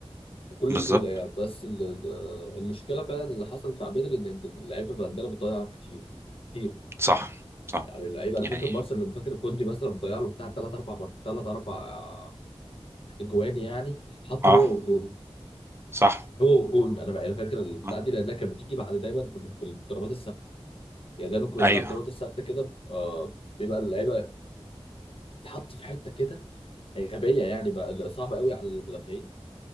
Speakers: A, on the left; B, on the right.
A: بكل
B: بالظبط.
A: سهوله يعني بس ال- ال- المشكله فعلا اللي حصلت مع بدري ان إن اللعيبه عندنا بتضيع كتير كتير
B: صح صح
A: يعني اللعيبه انا
B: يعني
A: فاكر مارسيل اللي فاكر كوندي مثلا بتضيع له بتاع ثلاث اربع مرات، ثلاث اربع اجوان يعني حطه
B: اه
A: هو والجون
B: صح
A: هو جون انا بقى انا فاكر البتاع
B: آه.
A: دي لانها كانت بتيجي بعد دايما في في الضربات الثابته يعني دايما كنا
B: ايوه
A: بنلعب ضربات الثابته كده آه بيبقى اللعيبه تحط في حته كده آه، غبيه يعني بقى صعبه قوي على المدافعين